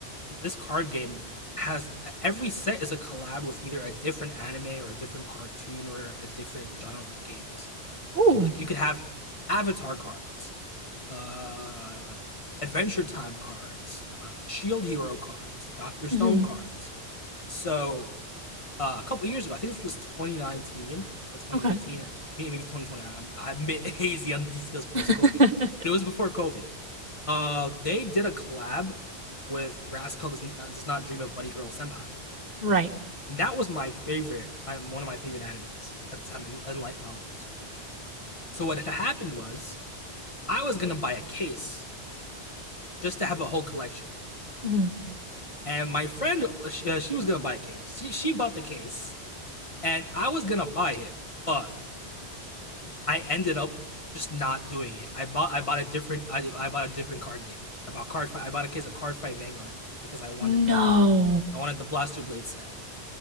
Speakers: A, on the left; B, on the right.
A: this card game has every set is a collab with either a different anime or a different cartoon or a different genre like games.
B: Ooh.
A: Like you could have Avatar cards, uh, Adventure Time cards, uh, Shield Hero cards, Doctor Stone
B: Mm-hmm.
A: cards. So uh, a couple years ago. I think this was 2019 or 2018
B: Okay.
A: or maybe 2020. I'm I'm a bit <laughs> hazy on the details post
B: <laughs>
A: COVID. but It was before COVID. Uh, they did a collab with Rascal does, Not, does not dream of Bunny Girl Senpai,
B: right.
A: and that was my favorite, my one of my favorite animes at the time in, in light novels. So what had happened was I was gonna buy a case just to have a whole collection,
B: Mm-hmm.
A: and my friend uh, she, uh, she was gonna buy a case. She she bought the case, and I was gonna buy it, but I ended up just not doing it. I bought I bought a different I, I bought a different card game. I bought card fight. I bought a case of card fight Vanguard because I wanted
B: No.
A: the I wanted the Blaster Blade set.